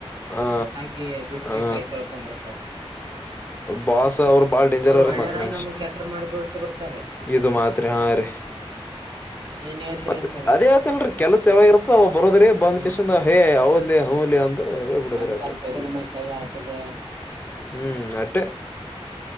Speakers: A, on the left; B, on the right.
A: ಆ
B: ಆಕೆ ಬಿಟ್ಟು
A: ಆ
B: ಕೈ ತೊಳ್ಕೊಬಿಡ್ತಾರೆ
A: ಬಾಸ್ ಅವ್ರ ಬಾಳ್ ಡೇಂಜರ್
B: ಒಳ್ಳೆಯವ್ರಾಗಿ
A: ಮತ್ತ್ ಮನುಷ್ಯ
B: ನಮಗ್
A: <inaudible>
B: ಕೆಟ್ಟರ್ ಮಾಡ್ಬಿಟ್ಟು ಬಿಡ್ತಾರ್ರಿ
A: ಇದು ಮಾತ್ರಿ ಹಾ ರೀ
B: ಏನ್ ಹೇಳ್ತೀರಿ
A: ಮತ್ತೆ
B: ಅಂತವ್ರಿಗೆ
A: ಅದೇ ಹೇಳ್ತಿಲರಿ ಕೆಲಸ ಯಾವಾಗಿರುತ್ತ ಒಬ್ ಬರೋದ್ರೀ ಬಂದ್
B: ಹ್ಮ್
A: ಹೇ ಹೌದ ಲೇ ಹೂ ಲೇ ಅಂದು ಹೋಗ್ಬಿಡದು
B: ಒಂದ್
A: ಅಟ್ಟೆ
B: ಸ್ವಲ್ಪ
A: <inaudible>
B: ಹೆಗಲ ಮ್ಯಾಲ ಕೈ ಹಾಕದೆ
A: ಹ್ಮ್ ಅಟ್ಟೆ